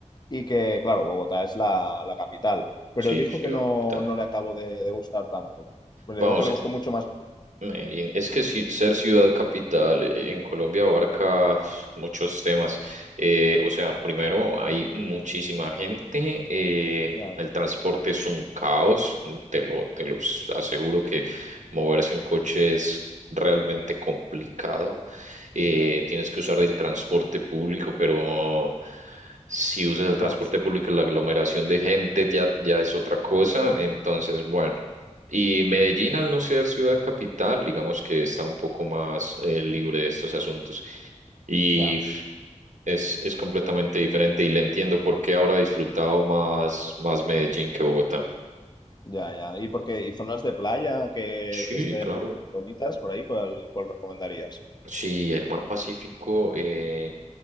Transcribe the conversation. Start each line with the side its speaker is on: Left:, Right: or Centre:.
Left: y que, claro, Bogotá es la, la capital, pero
Right: sí,
Left: dijo
Right: ciudad
Left: que no,
Right: capital.
Left: no le acabó de, de gustar tanto. Pues
Right: Vamos.
Left: le digo que le gustó mucho más.
Right: Medellín. Es que ci- ser ciudad capital eh, en Colombia abarca uf, muchos temas. Eh, o sea, primero hay muchísima gente, eh,
Left: Ya,
Right: el transporte es un caos, te lo, te los aseguro que moverse en coche es realmente complicado. Eh,
Left: Ujú.
Right: tienes que usar el transporte público, pero si usas el transporte
Left: ya,
Right: público, la aglomeración de gente ya, ya es otra cosa. Entonces, bueno. Y Medellín, al no ser ciudad capital, digamos que está un poco más eh, libre de estos asuntos. Y
Left: ya,
Right: es, es completamente diferente y le entiendo por qué habrá disfrutado más, más Medellín que Bogotá.
Left: ya, ya. ¿Y porque ¿Y zonas de playa que,
Right: Sí,
Left: que estén
Right: claro.
Left: bonitas por ahí? ¿Cuál, cuál recomendarías?
Right: Sí, el mar Pacífico eh,